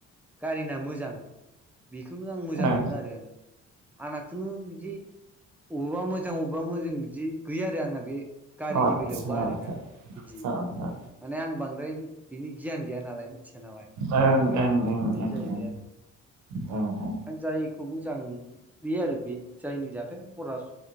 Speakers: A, in the centre; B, on the right (about 65°).
A: गारिना मोजां बेखौनो आं मोजां
B: ओ
A: मोनो आरो आङो आंना खुनु बिदि अबबा मोजां अबबा मोजिं बिदि गैया आरो आंना बे गारिनि
B: आदसा
A: बेलायावबा आरोना
B: आदसा
A: बिदि
B: ओं ओं
A: ने आं बांद्राय बिनि गियान गैया नालाय मिन्थिया नालाय
B: ओं ओं
A: बे
B: ओं
A: जाहैबाय आ <unintelligible>
B: औ औ
A: आं जायखौ मोजां बेयो आरो बे जायनि जाथाय फरास